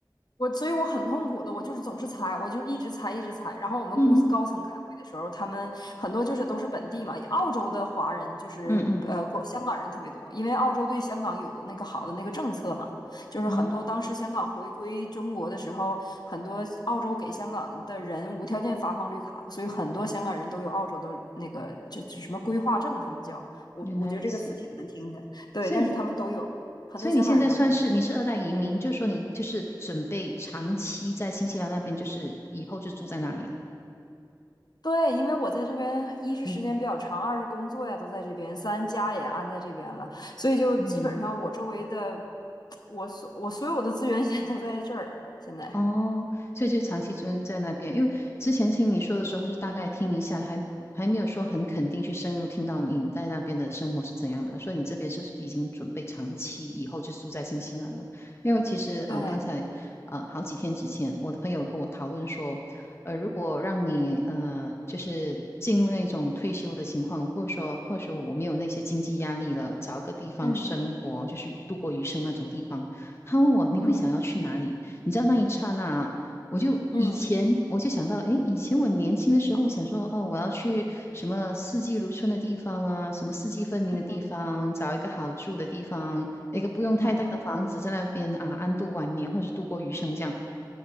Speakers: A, on the left; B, on the left.
A: 我所以我很痛苦的，我就是总是猜，我就一直猜，一直猜。然后我们公司高层开会的时候，
B: 嗯哼
A: 他们很多就是都是本地嘛，澳洲的华人就是呃，
B: 嗯嗯
A: 过香港人特别多，因为澳洲对香港有那个好的那个政策嘛，就是很多当时香港回归中国的时候，
B: 啊，
A: 很多澳洲给香港的人无条件发放绿卡，所以很多香港人都有澳洲的那个就就什么规划证，他们叫我我觉得这个词挺难听的，
B: 原来如此。
A: 对，
B: 所以
A: 但是他们都有，很多香港人都有。
B: 所以你现在算是你是二代移民，就是说你就是准备长期在新西兰那边，就是以后就住在那里了。
A: 对，因为我在这边，一是时间比较长，
B: 嗯
A: 二是工作呀都在这边，三家也安在这边了，所以就基本上我周围的，
B: 嗯，
A: 我所我所有的资源 <laughs> 现在都在这儿。现在，
B: 哦，所以就长期就在那边，因为之前听你说的时候是大概听一下，还还没有说很肯定去深入听到你在那边的生活是怎样的，所以你这边是已经准备长期以后就住在新西兰了。因为其实啊、
A: 对，
B: 呃刚才啊、呃好几天之前，我的朋友跟我讨论说，呃，如果让你呃就是进入那种退休的情况，或者说或者说我没有那些经济压力了，找一个地方生活，
A: 嗯
B: 就是度过余生那种地方，他问我你会想要去哪里？
A: 嗯
B: 你知道那一刹那，我就以前我就想到，
A: 嗯
B: 诶，以前我年轻的时候想说，哦，我要去什么四季如春的地方啊，什么四季分明的地方，
A: 嗯哼
B: 找一个好住的地方，一个不用太大的房子，
A: 嗯哼
B: 在那边啊安度晚年，或者是度过余生这样。